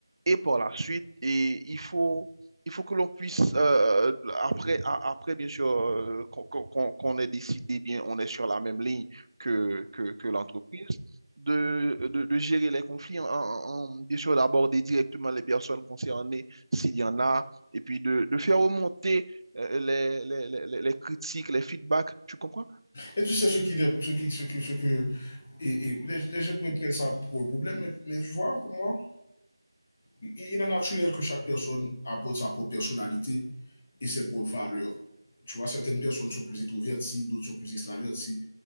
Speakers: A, on the right; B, on the left.
A: et par la suite. Et il faut il faut que l'on puisse, euh, après, a- après, bien sûr, euh, qu'on qu'on- qu'on ait décidé, bien, on est sur la même ligne que, que, que l'entreprise, de, de, de gérer les conflits, en, en- en- bien sûr, d'aborder directement les personnes concernées, s'il y en a, et puis de, de faire remonter euh, les, les, les, les critiques, les feedbacks, tu comprends?
B: Et tu sais ce qui, ce qui, ce qui, ce que, et, et les, les gens pourraient prendre ça pour le problème, mais, mais tu vois, pour moi, il, il est naturel que chaque personne apporte sa propre personnalité et ses propres valeurs. Tu vois, certaines personnes sont plus introverties, d'autres sont plus extraverties,